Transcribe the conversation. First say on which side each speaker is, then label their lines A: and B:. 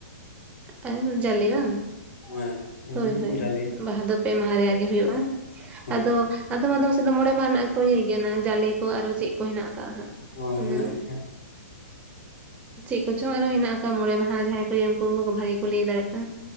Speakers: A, on the right (about 15°); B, on the left (about 70°).
A: ᱟᱨ ᱡᱟᱞᱮ ᱵᱟᱝ
B: ᱦᱮᱸ ᱩᱢ
A: ᱦᱳᱭ ᱦᱳᱭ
B: ᱡᱟᱞᱮ
A: ᱵᱟᱦᱟᱫᱚ ᱯᱮ ᱢᱟᱦᱟ ᱨᱮᱭᱟᱜ ᱜᱮ ᱦᱩᱭᱩᱜᱼᱟ
B: ᱦᱳᱭ
A: ᱟᱫᱚ ᱟᱫᱚᱢ ᱟᱫᱚᱢ ᱥᱮᱫ ᱫᱚ ᱢᱚᱬᱮ ᱢᱟᱦᱱᱟᱜ ᱠᱚ ᱤᱭᱟᱹᱭ ᱜᱮᱭᱟ ᱡᱟᱞᱮ ᱠᱚ ᱟᱨᱚ ᱪᱮᱫ ᱠᱚ ᱦᱮᱱᱟᱜ ᱟᱠᱟᱫᱼᱟ ᱦᱜ
B: ᱦᱳᱭ
A: ᱢᱟᱱᱮ
B: ᱢᱮᱱᱟᱜ ᱜᱮᱭᱟ
A: ᱪᱮᱫ ᱠᱚ ᱪᱚᱝ ᱟᱨᱚ ᱦᱮᱱᱟᱜ ᱟᱠ ᱟᱠᱟᱣᱟ ᱢᱚᱬᱮ ᱢᱟᱦᱟᱸ ᱡᱟᱦᱟᱸᱭ ᱠᱚ ᱩᱱᱠᱩ ᱵᱷᱟᱜᱮ ᱠᱚ ᱞᱟᱹᱭ ᱫᱟᱲᱮᱭᱟᱜᱼᱟ